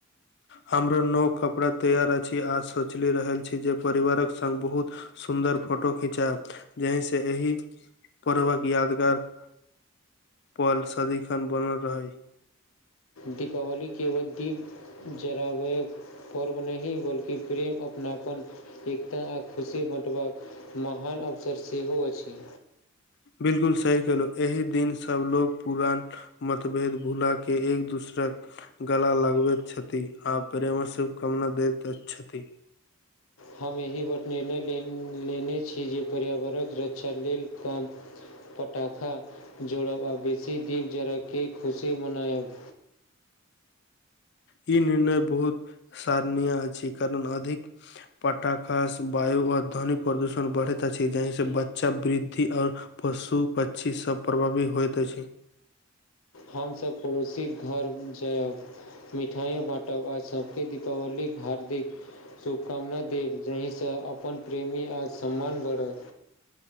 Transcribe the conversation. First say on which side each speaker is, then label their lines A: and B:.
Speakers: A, on the left; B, on the left.
A: हमरो नव कपड़ा तैयार अछि आज सोचले रहल छी जे परिवारक संग बहुत सुन्दर फोटो खिंचाएब जहि से एहि पर्वक यादगार पल सदीखन बनल रहै
B: दीपावलीके व भी जराय पर्व नही बल्कि प्रेम अपनापन एकता आ खुशी बँटबाक महान अवसर सेहो अछि
A: बिलकुल सही केलहु एहि दिन सबलोग पुरान मतभेद भुला के एक दूसरक गला लगबैत छथि आ प्रेमक शुभकामना दैत छथि
B: हम एहि बर निर्णय ले लेने छी जे पर्यावरण रक्षा लेल काम पटाखा जोड़ब आ बेसी दीप जरा क खुशी मनायब
A: ई निर्णय बहुत सरनीयाह अछि कारण अधिक पटाख स वायु आ ध्वनि प्रदूषण बढ़ैत अछि जहहि से बच्चा वृद्धि आऔर पशु पक्षी सब प्रभावी होयइत अछि छै
B: हमसभ पड़ोसीक घर जायब मिठाइयो बाँटब आ सबके दीपावली हार्दिक शुभकामना देब जाहिसँ अपन प्रेमी आ सम्मान बढ़त